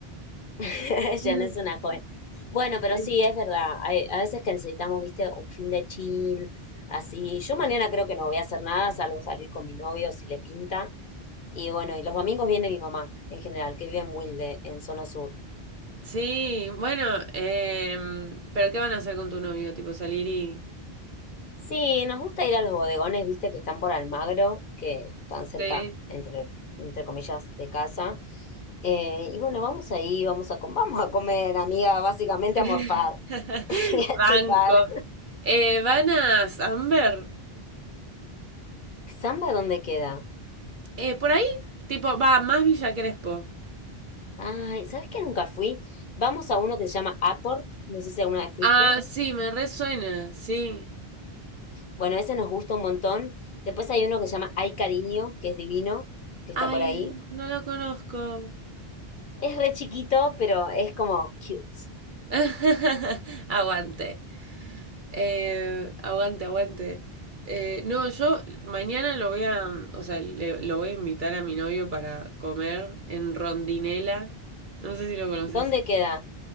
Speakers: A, on the left (about 60°); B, on the right (about 55°).
A: <laughs>
B: <laughs>
A: Ya no es una joven. Bueno, pero
B: Sí,
A: sí, es verdad. Hay- a veces que necesitamos, viste, un fin de chill, así. Yo mañana creo que no voy a hacer nada, salvo salir con mi novio si le pinta. Y bueno, y los domingos viene mi mamá, en general, que vive en Wilde, en zona sur.
B: Sí, bueno, em, pero ¿qué van a hacer con tu novio? Tipo salir y...
A: Sí, nos gusta ir a los bodegones, viste, que están por Almagro, que están cerca,
B: Sí.
A: entre, entre comillas, de casa. Eh, y bueno, vamos ahí, vamos a, com- vamos a comer, amiga, básicamente
B: <laughs>
A: a morfar <laughs> y a
B: Banco.
A: chupar.
B: Eh, van a Amber.
A: ¿Samba dónde queda?
B: Eh, por ahí, tipo, va, más Villa Crespo. <laughs>
A: Ay, ¿sabes que nunca fui? Vamos a uno que se llama Aport, no sé si alguna vez fuiste.
B: Ah, sí, me resuena, sí.
A: Bueno, ese nos gusta un montón. Después hay uno que se llama Ay Cariño, que es divino, que está
B: Ay,
A: por ahí.
B: no lo conozco.
A: Es re chiquito, pero es como cute.
B: <laughs> Aguante. Eh, aguante, aguante. Eh, no, yo mañana lo voy a, o sea, le- lo voy a invitar a mi novio para comer en Rondinela. No sé si lo conoces.
A: ¿Dónde queda?